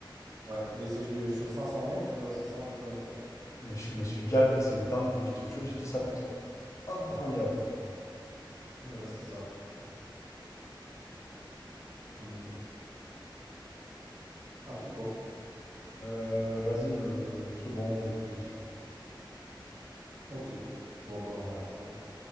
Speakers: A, on the right (about 45°); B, on the left (about 35°).
A: Ouais, mais c'est ju- sur 500 mètres, mais ouais, c'est 120 km/h.
B: Mais je me suis gavé, c'est une dinguerie, je te jure, j'ai dit ça comme ça. Incroyable.
A: Ouais, ouais, c'est ça, en effet. À ton tour.
B: Euh, vas-y, euh, c'est bon, moi j'ai plus de questions.
A: Ok. Bon, bah, on arrête là, alors.